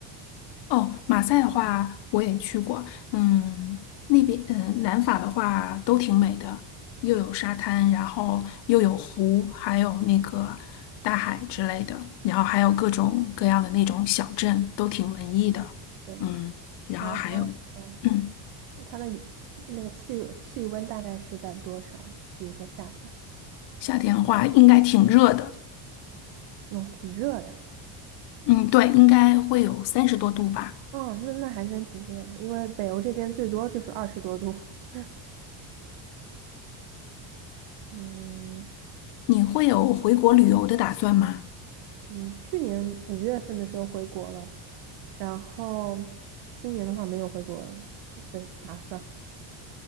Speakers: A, on the left (about 60°); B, on the right (about 75°).
A: 哦，马赛的话我也去过，嗯，那边嗯南法的话都挺美的，又有沙滩，然后又有湖，还有那个大海之类的，然后还有各种各样的那种小镇，都挺文艺的，
B: 对，
A: 嗯，然后还有，
B: 它它嗯，
A: 嗯，
B: 它的体那个气气温大概是在多少呢？比如说夏天，
A: 夏天的话应该挺热的，
B: 哦，挺热的，
A: 嗯，对，应该会有三十多度吧。
B: 哦，那那还真挺热的，因为北欧这边最多就是二十多度，<laughs> 嗯。
A: 你会有回国旅游的打算吗？
B: 嗯，去年五月份的时候回国了，然后今年的话没有回国的打算。